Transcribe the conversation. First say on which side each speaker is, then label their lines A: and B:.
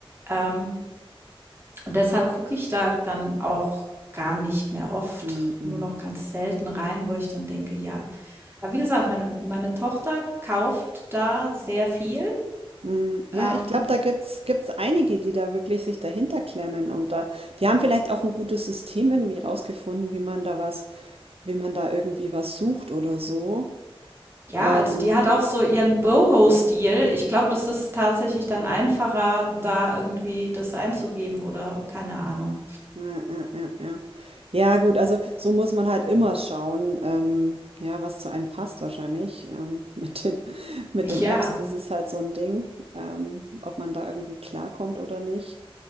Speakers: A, on the right; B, on the right.
A: Ähm, und deshalb gucke ich da dann auch gar nicht mehr oft,
B: Hm, hm.
A: nur noch ganz selten rein, wo ich dann denke, ja. Aber wie gesagt, meine, meine Tochter kauft da sehr viel.
B: Mm, Ja,
A: Ähm,
B: ich glaube, da gibt's gibt's einige, die da wirklich sich dahinter klemmen und da, die haben vielleicht auch ein gutes System irgendwie rausgefunden, wie man da was, wie man da irgendwie was sucht oder so.
A: Ja,
B: Ähm,
A: also die hat auch so ihren Boho-Stil. Ich glaube, das ist tatsächlich dann einfacher, da irgendwie das einzugeben oder keine Ahnung.
B: ja, ja, ja, ja. Ja, gut, also so muss man halt immer schauen, ähm, ja, was zu einem passt wahrscheinlich. Ähm, mit den, <laughs> mit den
A: Ja.
B: Apps, das ist halt so ein Ding, ähm, ob man da irgendwie klarkommt oder nicht.